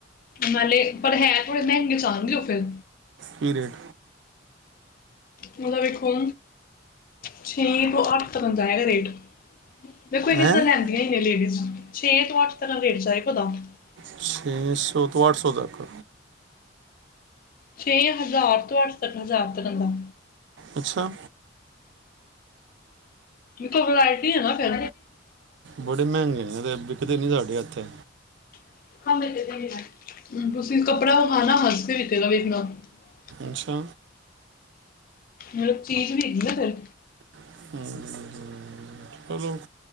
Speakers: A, on the left (about 45°); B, on the right (about 65°).
A: ਨਾਲੇ ਪਰ ਹੈ ਥੋੜੇ ਮਹਿੰਗੇ ਚ ਆਣਗੇ ਉਹ ਫਿਰ।
B: ਕੀ ਰੇਟ।
A: ਉਹਦਾ ਵੇਖੋ। ਛੇ ਤੋਂ ਅੱਠ ਤੱਕ ਜਾਏ ਗਾ ਰੇਟ। ਦੇਖੋ ਇਹਨੇ
B: ਹੈਂ
A: ਤਾਂ ਲੈਂਦੀਆਂ ਹੀ ਨੇ, ਲੇਡੀਜ਼ ਛੇ ਤੋਂ ਅੱਠ ਤਰ੍ਹਾਂ ਲੇਟ ਜਾਏ। <unintelligible>
B: ਛੇ ਸੌ ਤੋਂ ਅੱਠ ਤੱਕ।
A: ਛੇ ਹਜ਼ਾਰ ਤੋਂ ਅੱਠ ਹਜ਼ਾਰ ਤੱਕ ਦਾ।
B: ਅੱਛਾ।
A: ਵਰਾਇਟੀ ਹੈ। ਨਾ ਫਿਰ।
B: ਬੜੇ ਮਹਿੰਗੇ ਨੇ ਤੇ ਵਿਕਦੇ ਨੀ ਸਾਡੇ ਇੱਥੇ ਅਤੇ
A: <inaudible>
B: ਅੱਛਾ
A: ਮਤਲਬ ਚੀਜ਼ ਵੀ ਹੈਗੀ ਨਾ ਫਿਰ
B: ਹਮ ਹਚਲੋ।